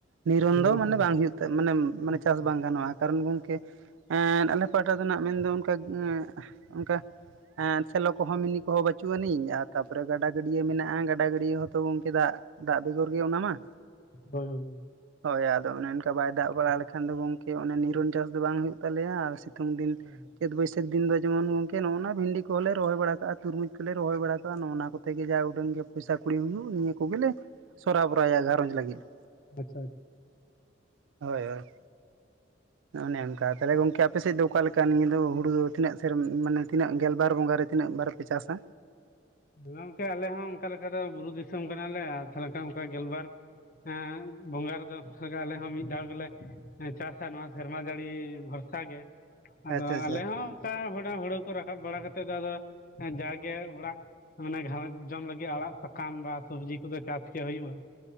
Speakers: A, on the right; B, on the left.
A: ᱱᱤᱨᱚᱱ
B: ᱱᱚᱣᱟ
A: ᱫᱚ ᱢᱟᱱᱮ
B: ᱥᱮᱫ ᱨᱮ
A: ᱵᱟᱝ ᱦᱩᱭᱩᱜ ᱢᱟᱱᱮ ᱢᱟᱱᱮ
B: ᱟᱪᱪᱷᱟ
A: ᱪᱟᱥ ᱵᱟᱝ ᱜᱟᱱᱚᱜᱼᱟ᱾ ᱠᱟᱨᱚᱱ ᱜᱚᱝᱠᱮ ᱟᱞᱮ ᱯᱟᱦᱴᱟ ᱫᱚ ᱢᱮᱱᱫᱚ ᱚᱱᱠᱟ ᱚᱱᱠᱟ ᱥᱮᱞᱚ ᱠᱚᱦᱚᱸ ᱢᱤᱱᱤ ᱠᱚᱦᱚᱸ ᱵᱟᱪᱩᱜ ᱟᱹᱱᱤᱡ, ᱟᱨ ᱛᱟᱯᱚᱨᱮ ᱜᱟᱰᱟ ᱜᱟᱹᱰᱭᱟᱹ ᱢᱮᱱᱟᱜᱼᱟ᱾ ᱜᱟᱰᱟ ᱜᱟᱹᱰᱭᱟᱹ ᱦᱚᱸᱛᱚ ᱮ ᱫᱟᱜ ᱫᱟᱜ ᱵᱮᱜᱚᱨ ᱜᱮ ᱚᱱᱟ ᱢᱟ ᱾
B: ᱦᱳᱭ, ᱦᱳᱭ ᱾
A: ᱦᱳᱭ ᱟᱫᱚ ᱚᱱᱮ ᱚᱱᱠᱟ ᱵᱟᱭ ᱫᱟᱜ ᱵᱟᱲᱟ ᱞᱮᱠᱷᱟᱱ ᱫᱚ, ᱜᱚᱝᱠᱮ ᱚᱱᱮ ᱱᱤᱨᱚᱱ ᱪᱟᱥ ᱫᱚ ᱵᱟᱝ ᱦᱩᱭᱩᱜ ᱛᱟᱞᱮᱭᱟ ᱟᱨ ᱥᱤᱛᱩᱝ ᱫᱤᱱ
B: ᱦᱳᱭ
A: ᱪᱟᱹᱛ ᱵᱟᱹᱭᱥᱟᱹᱠᱷ ᱫᱤᱱ ᱫᱚ ᱡᱮᱢᱚᱱ ᱜᱚᱝᱠᱮ ᱱᱚᱜᱼᱚᱭ ᱱᱟ ᱵᱷᱤᱱᱰᱤ ᱠᱚᱦᱚᱸ ᱨᱚᱦᱚᱭ ᱵᱟᱲᱟ ᱠᱟᱜᱼᱟ, ᱛᱩᱨᱢᱩᱡᱽ ᱠᱚᱞᱮ ᱨᱚᱦᱚᱭ ᱵᱟᱲᱟ ᱠᱟᱜᱼᱟ, ᱱᱚᱜᱼᱱᱟ ᱠᱚᱛᱮᱜ ᱜᱮ ᱡᱟ ᱩᱰᱟᱹᱝ ᱜᱮ ᱯᱚᱭᱥᱟ ᱠᱩᱲᱤ ᱦᱩᱭᱩᱜ ᱱᱤᱭᱟᱹ ᱠᱚᱜᱮ ᱞᱮ ᱥᱚᱨᱟ ᱵᱚᱨᱟᱭᱟ ᱜᱷᱟᱨᱚᱸᱡᱽ ᱞᱟᱹᱜᱤᱫ ᱾
B: ᱟᱪᱪᱷᱟ ᱾
A: ᱦᱳᱭ, ᱦᱳᱭ ᱾ ᱚᱱᱮ ᱚᱱᱠᱟ ᱛᱟᱦᱚᱞᱮ ᱜᱚᱝᱠᱮ ᱟᱯᱮᱥᱮᱫ ᱫᱚ ᱚᱠᱟᱮ ᱱᱤᱭᱟᱹ ᱫᱚ ᱦᱩᱲᱩ ᱫᱚ ᱛᱤᱱᱟᱹᱜ ᱥᱮ ᱢᱟᱱᱮ ᱛᱤᱱᱟᱜ ᱜᱮᱞ ᱵᱟᱨ ᱵᱚᱸᱜᱟ ᱨᱮ ᱛᱤᱱᱟᱹᱜ ᱵᱟᱨ ᱯᱮ ᱪᱟᱥᱟ?
B: ᱜᱚᱝᱠᱮ ᱟᱞᱮ ᱦᱚᱸ ᱚᱱᱠᱟ ᱞᱮᱠᱟ ᱫᱚ ᱵᱩᱨᱩ ᱫᱤᱥᱚᱢ ᱠᱟᱱᱟᱞᱮ, ᱟᱨ ᱛᱟᱦᱚᱞᱮ ᱠᱷᱟᱱ ᱚᱱᱠᱟ ᱜᱮᱞ ᱵᱟᱨ ᱦᱮᱸ ᱵᱚᱸᱜᱟ ᱨᱮᱫᱚ ᱟᱞᱮ ᱦᱚᱸ ᱢᱤᱫ ᱫᱷᱟᱣ ᱜᱮᱞᱮ ᱪᱟᱥᱟ ᱱᱚᱣᱟ ᱥᱮᱨᱢᱟ ᱡᱟᱹᱲᱤ ᱵᱷᱚᱨᱥᱟ ᱜᱮ ᱾ ᱟᱫᱚ
A: ᱟᱪᱪᱷᱟ ᱟᱪᱪᱷᱟ
B: ᱟᱞᱮ ᱦᱚᱸ ᱚᱠᱟ ᱦᱚᱲᱟ ᱦᱳᱲᱳ ᱠᱚ ᱨᱟᱠᱟᱵ ᱵᱟᱲᱟ ᱠᱟᱛᱮᱫ ᱫᱚ ᱟᱫᱚ ᱡᱟᱜᱽᱜᱮ ᱟᱲᱟᱜ ᱚᱱᱟ ᱜᱮ ᱜᱷᱟᱨᱚᱡᱽ ᱡᱚᱢ ᱞᱟᱹᱜᱤᱜ ᱟᱲᱟᱜ ᱥᱟᱠᱟᱢ ᱵᱟ ᱥᱚᱵᱽᱡᱤ ᱠᱚᱫᱚ ᱪᱟᱥ ᱜᱮ ᱦᱳᱭᱩᱜ-ᱟ᱾